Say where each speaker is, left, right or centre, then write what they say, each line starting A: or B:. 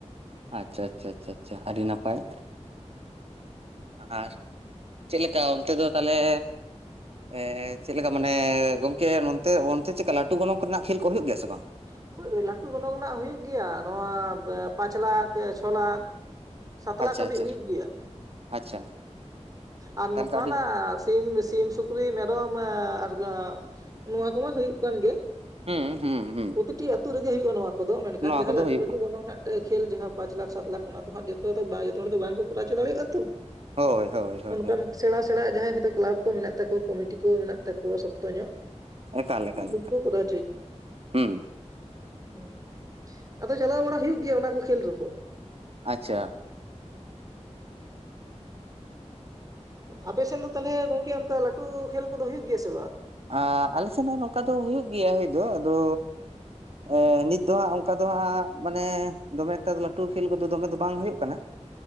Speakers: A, on the right (about 55°); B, on the right (about 30°).
A: ᱟᱪᱪᱷᱟ, ᱟᱪᱪᱷᱟ, ᱟᱪᱪᱷᱟ ᱟᱹᱰᱤ ᱱᱟᱯᱟᱭ᱾ ᱟᱨᱼᱼ ᱪᱮᱫ ᱞᱮᱠᱟ ᱚᱱᱛᱮ ᱫᱚ ᱛᱟᱞᱦᱮᱼᱼ ᱮᱸ ᱪᱮᱫ ᱢᱟᱱᱮ ᱜᱚᱝᱠᱮ ᱱᱚᱱᱛᱮ ᱚᱱᱛᱮ ᱪᱮᱫ ᱞᱮᱠᱟ ᱞᱟᱹᱴᱩ ᱜᱚᱱᱚᱝ ᱠᱚᱨᱮᱱᱟᱜ ᱠᱷᱮᱞ ᱠᱚ ᱦᱩᱭᱩᱜ ᱜᱮᱭᱟ ᱥᱮᱼᱼ
B: <unintelligible> ᱦᱳᱭ ᱞᱟᱹᱴᱩ ᱜᱚᱱᱚᱝ ᱨᱮᱱᱟᱜ ᱦᱳᱭᱳᱜ ᱜᱮᱭᱟ᱾ ᱱᱚᱶᱟ ᱯᱟᱸᱪ ᱞᱟᱠᱷ, ᱪᱷᱚ ᱞᱟᱠᱷ᱾ ᱥᱟᱛ ᱞᱟᱠᱷ
A: ᱟᱪᱪᱷᱟ
B: ᱦᱟᱹᱵᱤᱡ
A: ᱟᱪᱪᱷᱟ
B: ᱦᱩᱭᱩᱜ ᱜᱮᱭᱟ᱾
A: ᱟᱪᱪᱷᱟ
B: ᱟᱨ
A: ᱛᱟᱦᱚᱞᱮ
B: ᱱᱚᱝᱠᱟᱱᱟᱜᱼᱼ
A: ᱛᱚ ᱟᱹᱰᱤ
B: ᱥᱤᱢ, ᱥᱤᱢ ᱥᱩᱠᱨᱤ ᱢᱮᱨᱚᱢ ᱮᱸ ᱟᱨ ᱱᱚᱣᱟ ᱠᱚᱢᱟ ᱦᱩᱭᱩᱜ ᱠᱟᱱ ᱜᱮᱭᱟ᱾
A: ᱦᱩᱸ, ᱦᱩᱸ, ᱦᱩᱸ᱾
B: ᱠᱟᱹᱴᱤᱡ ᱟᱹᱛᱩ ᱨᱮᱜᱮ ᱦᱩᱭᱩᱜᱼᱟ ᱱᱚᱣᱟ ᱠᱚᱫᱚ᱾ ᱢᱮᱱᱠᱷᱟᱱ
A: ᱱᱚᱣᱟ
B: ᱡᱟᱦᱟᱸ
A: ᱠᱚᱫᱚ
B: ᱞᱟᱹᱴᱩ
A: ᱦᱩᱭᱩᱜᱼᱟ
B: ᱞᱟᱹᱴᱩ ᱜᱚᱱᱚᱝ ᱦᱟᱸᱜᱼᱼ ᱢᱤᱫ ᱠᱷᱮᱞ ᱡᱟᱦᱟᱸ ᱯᱟᱸᱪ ᱞᱟᱠᱷ, ᱥᱟᱛ ᱞᱟᱠᱷ ᱚᱱᱟ ᱫᱚ ᱦᱟᱸᱜ ᱡᱚᱛᱚ ᱫᱚ ᱵᱟᱝ ᱡᱚᱛᱚ ᱦᱚᱲ ᱫᱚ ᱵᱟᱝ ᱠᱚᱨᱟᱣ ᱦᱚᱪᱚ ᱫᱟᱲᱮᱭᱟᱜᱼᱟ ᱛᱚ᱾
A: ᱦᱳᱭ ᱦᱳᱭ ᱦᱳᱭ
B: ᱚᱱᱠᱟᱱ
A: ᱦᱳᱭ
B: ᱥᱮᱬᱟ, ᱥᱮᱬᱟ ᱡᱟᱦᱟᱸᱭ ᱦᱚᱭᱛᱳ ᱠᱮᱞᱟᱵᱽ ᱢᱮᱱᱟᱜ ᱛᱟᱠᱚᱣᱟ᱾ ᱠᱚᱢᱤᱴᱤ ᱠᱚ ᱢᱮᱱᱟᱜ ᱛᱟᱠᱚᱣᱟ ᱥᱚᱠᱛᱚ ᱧᱚᱜ᱾
A: ᱮᱠᱟᱞ, ᱮᱠᱟᱞ,
B: ᱩᱱᱠᱩ ᱠᱚ ᱠᱚᱨᱟᱣ
A: ᱦᱩᱸ᱾
B: ᱦᱮᱸ, ᱟᱫᱚ ᱪᱟᱞᱟᱣ ᱵᱟᱲᱟ ᱦᱩᱭᱩᱜ ᱜᱮᱭᱟ ᱚᱱᱟ ᱠᱚ ᱠᱷᱮᱞ ᱨᱮᱦᱚᱸ᱾
A: ᱟᱪᱪᱷᱟ᱾
B: ᱟᱯᱮ ᱥᱮᱱ ᱫᱚ ᱛᱟᱦᱚᱞᱮ ᱜᱚᱝᱠᱮ ᱚᱱᱠᱟᱱ ᱞᱟᱹᱴᱩ ᱠᱷᱮᱞ ᱠᱚᱫᱚ ᱦᱩᱭᱩᱜ ᱜᱮᱭᱟ ᱥᱮ ᱵᱟᱝ?
A: ᱟᱸ, ᱟᱞᱮ ᱥᱮᱱ ᱱᱚᱝᱠᱟ ᱫᱚ ᱦᱩᱭᱩᱜ ᱜᱮᱭᱟ ᱦᱩᱭ ᱫᱚ, ᱟᱫᱚᱼᱼ ᱮᱸ ᱱᱤᱛ ᱫᱚ ᱦᱟᱸᱜ, ᱚᱱᱠᱟ ᱫᱚ ᱦᱟᱸᱜ ᱢᱟᱱᱮ ᱫᱚᱢᱮ ᱮᱠᱴᱟ ᱫᱚ ᱞᱟᱹᱴᱩ ᱠᱷᱮᱞ ᱠᱚᱫᱚ ᱫᱚᱢᱮ ᱫᱚ ᱵᱟᱝ ᱦᱳᱭᱳᱜ ᱠᱟᱱᱟ᱾